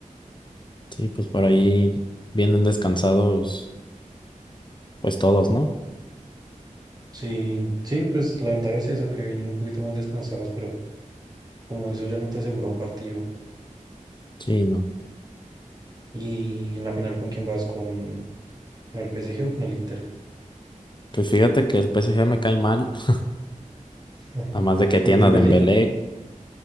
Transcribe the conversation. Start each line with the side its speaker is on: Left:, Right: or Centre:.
Left: sí, pues por ahí vienen descansados pues todos, ¿no?
Right: Sí, sí, pues la ventaja es eso, que vienen un poquito más descansados, pero como eso ya no te asegura un partido.
Left: Sí, no.
Right: Y en la final, ¿con quién vas? ¿Con, con el PSG o con el Inter?
Left: Pues fíjate que el PSG me cae mal, <laughs>
Right: <laughs>
Left: además de que
Right: ¿Por
Left: tiene
Right: Dembélé?
Left: a Dembélé,